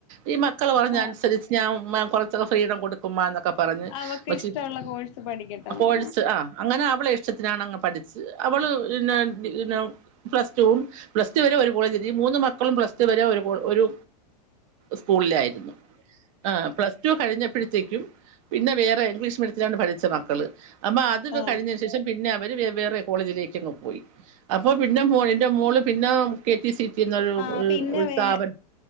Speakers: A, on the right; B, on the left.
A: ഈ മക്കള് പറഞ്ഞ
B: ആഹ്
A: അനുസരിച്ച് ഞാൻ മ്മ കുറച്ചൊക്കെ ഫ്രീഡം കൊടുക്കുമ്മാ ന്നൊക്കെ പറഞ്ഞ്
B: അവക്ക്
A: ഉമ്മച്ചി
B: ഇഷ്ടമുള്ള കോഴ്സ് പഠിക്കട്ടെ ന്നാ
A: കോഴ്സ് ആ അങ്ങനെ അവളെ ഇഷ്ടത്തിനാണങ്ങ് പഠിച്ച് അവള് ന്നെ ന്നെ പ്ലസ്ടുവും പ്ലസ് ടു വരെ ഒരു കോളേജ് ഈ മൂന്ന് മക്കളും പ്ലസ് ടു വരെ ഒരു കോ ഒരു സ്കൂളിലായിരുന്നു ആഹ് പ്ലസ് ടു കഴിഞ്ഞപ്പഴത്തേക്കും പിന്നെ വേറെ ഇംഗ്ലീഷ് മീഡിയത്തിലാണ് പഠിച്ച മക്കൾ അമ്മാ അത്
B: ആഹ്
A: കഴിഞ്ഞേന് ശേഷം പിന്നെ അവര് വേ വേറെ കോളേജിലേക്കങ്ങ് പോയി. അപ്പൊ പിന്നെ മോൾ ഇന്റെ മോള് പിന്നെ കെ ടി സി റ്റി എന്നൊരു
B: ആഹ്
A: ഒരു
B: പിന്നെ
A: ഒരു
B: വേ
A: സ്ഥാപനം